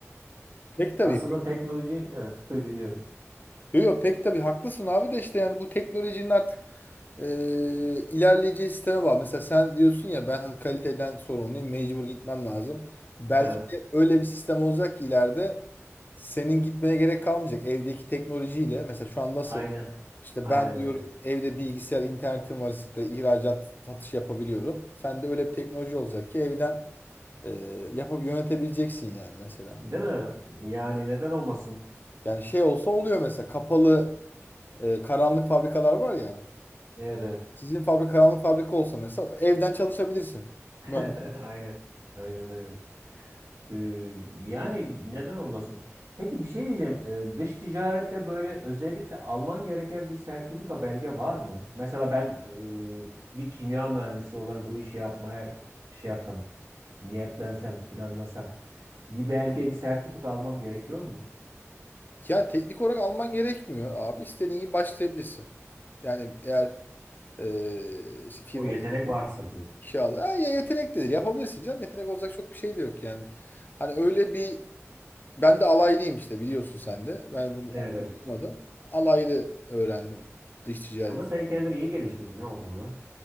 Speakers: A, on the left; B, on the right.
A: Pek tabii
B: Aslında teknoloji evet dinliyorum.
A: Yok yok pek tabii haklısın abi de işte yani bu teknolojinin artık e, ilerleyeceği sisteme bağlı. Mesela sen diyorsun ya ben hani kaliteden sorumluyum mecbur gitmem lazım. Belki
B: Evet.
A: de öyle bir sistem olacak ki ileride senin gitmene gerek kalmayacak evdeki teknolojiyle. Mesela şu an nasıl
B: Aynen.
A: işte
B: Aynen
A: ben diyorum
B: aynen.
A: evde bilgisayar internetim var işte ihracat satış yapabiliyorum. Sen de öyle bir teknoloji olacak ki evden e, yapıp yönetebileceksin yani mesela.
B: Değil mi? Yani neden olmasın?
A: Yani şey olsa oluyor mesela kapalı e, karanlık fabrikalar var ya.
B: Evet evet.
A: Sizin fabrika karanlık fabrika olsa mesela evden çalışabilirsin.
B: <laughs>
A: Mühendis.
B: Aynen. Aynen aynen. Ee, yani
A: diye.
B: neden olmasın? Peki bir şey diyeceğim. Ee, dış ticarette böyle özellikle alman gereken bir sertifika belge var mı? Mesela ben e, bir kimya mühendisi olarak bu işi yapmaya şey yapsam, niyetlensem, planlasam bir belge, bir sertifika almam gerekiyor mu?
A: Ya teknik olarak alman gerekmiyor abi. İstediğin gibi başlayabilirsin. Yani eğer e, işte firma
B: O yetenek varsa diyorsun.
A: işe al. Ha, ya yetenek dedir. Yapabilirsin canım. Yetenek olacak çok bir şey de yok yani. Hani öyle bir ben de alaylıyım işte biliyorsun sen de. Ben bunu
B: Evet
A: oku-
B: evet.
A: okumadım. Alaylı öğrendim dış ticaret.
B: Ama sen kendini iyi geliştirdin ya o konuda.